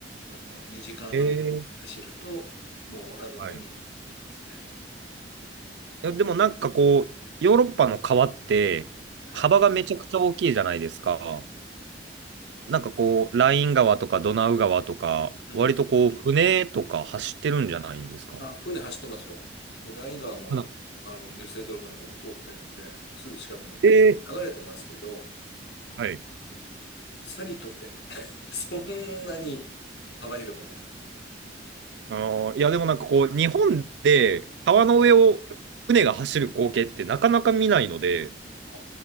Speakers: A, on the left (about 70°); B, on the right (about 70°).
A: オランダは2時間半ぐらい走ると、
B: えー
A: もうオランダの海まで行きますね。
B: はい。いや、でもなんかこう、ヨーロッパの川って、
A: はい。
B: 幅がめちゃくちゃ大きいじゃないですか。なんかこう、ライン川とかドナウ川とか、
A: うん。
B: 割とこう、船とか走ってるんじゃないんですか
A: あ、船走ってますよ。で、ライン川も、
B: かな
A: あの、デュッセルドルフのとこ通ってるんで、すぐ近くに流れてますけど、
B: えーはい。
A: さりとって <laughs> そんなに幅広くないですよ。
B: あのいや、でもなんかこう、日本で川の上を船が走る光景ってなかなか見ないので、
A: うん。あ